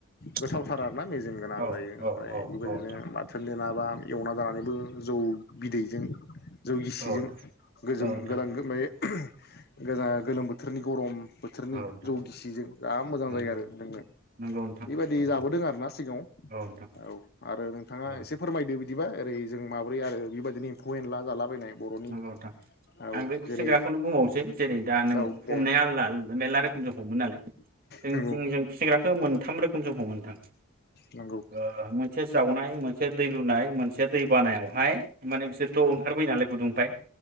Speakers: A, on the left; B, on the right.
A: गोथावथार
B: औ नोंथां
A: आरोना मेजेम गोनां
B: औ
A: जायो ओमफ्राय
B: औ औ
A: बेबायदिनो
B: औ नोंथां
A: बाथोननि ना ए एवना जानानैबो जौ बिदैजों जौ गिसिजों
B: औ नोंथां
A: गोजोम
B: औ नोंथां
A: <unintelligible> गोजा गोलोम बोथोर बोथोरनि गरम बोथोरनि
B: औ नोंथां
A: जौ गिसिजों जा मोजां
B: नंगौ
A: जायो आरो लोंनो
B: नंगौ नोंथां
A: बेबायदि
B: नंगौ
A: जाबोदों आरो ना सिगाङाव
B: औ नोंथां
A: औ आरो नोंथाङा
B: औ
A: एसे फोरमायदो बिदिबा ओरै जों माबोरै आरो बेबायदिनो एम्फौ एनला जालाबायनाय बर'नि
B: नगौ नोंथां
A: औ
B: आं बे खुसेंग्राखौनो
A: जेरै
B: बुंबावनोसै जेरै दा नों
A: औ
B: हमनाया
A: दे
B: आलदा आलदा मेरला रोखोम जों हममोनोन नालाय।
A: नंगौ
B: मोनथाम रोखोम जों हमो नोंथां।
A: नंगौ
B: ओ मोनसे जावनाय मोनसे दै लुनाय मोनसे दै बानायावहाय माने बिसोरथ' ओंखारबोयो नालाय गुदुं। फाय